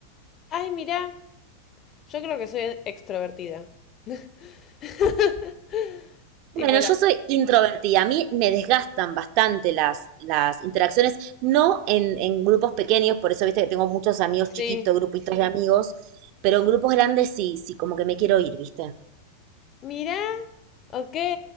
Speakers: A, on the left; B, on the right.
A: Ay, mirá. Yo creo que soy extrovertida. <laughs>
B: Bueno,
A: Tipo la.
B: yo soy introvertida, a mí me desgastan bastante las, las interacciones, no en, en grupos pequeños, por eso viste que tengo muchos amigos
A: Sí.
B: chiquitos, grupitos de amigos, pero en grupos grandes sí, sí, como que me quiero ir, ¿viste?
A: Mira, ok.